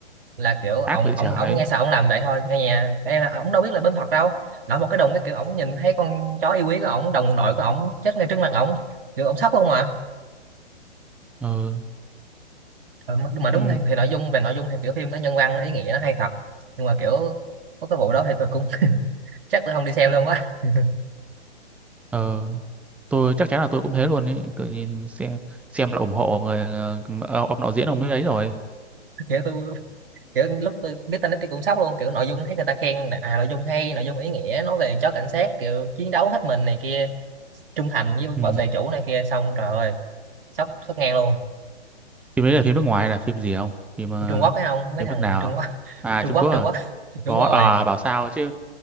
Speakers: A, on the right; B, in the centre.
A: là kiểu ông
B: ác vậy trái.
A: ông ông nghe sao ông làm vậy thôi nghe nhà cái ông đâu biết là bên thật đâu nói một cái đồng cái kiểu ông nhìn thấy con chó yêu quý của ông đồng đội của ông chết ngay trước mặt ông kiểu ông sốc không à
B: Ừ,
A: Ờ, mà mà đúng
B: ừ,
A: thì, thì nội dung về nội dung thì kiểu phim nó nhân văn nó ý nghĩa nó hay thật nhưng mà kiểu có cái vụ đó thì tôi cũng <laughs> chắc tôi không đi xem luôn quá <laughs>
B: ừ, tôi chắc chắn là tôi cũng thế luôn ấy, tôi nhìn xem xem là ủng hộ người ờ, ông đạo diễn ông ấy ấy rồi.
A: kiểu tôi kiểu lúc tôi biết tin đó tôi cũng sốc luôn kiểu nội dung thấy người ta khen là, à nội dung hay nội dung ý nghĩa nói về chó cảnh sát kiểu chiến đấu hết mình này kia trung thành với bảo
B: Ừ.
A: vệ chủ này kia xong trời ơi sốc sốc ngang luôn
B: Phim đấy là phim nước ngoài là phim gì không? Phim ờ,
A: Trung Quốc phải không mấy
B: phim
A: thằng
B: nước nào?
A: Trung Quốc <laughs>
B: À
A: Trung
B: Trung
A: Quốc
B: Quốc
A: Trung
B: à?
A: Quốc <laughs> đúng
B: Có
A: rồi
B: à bảo sao chứ.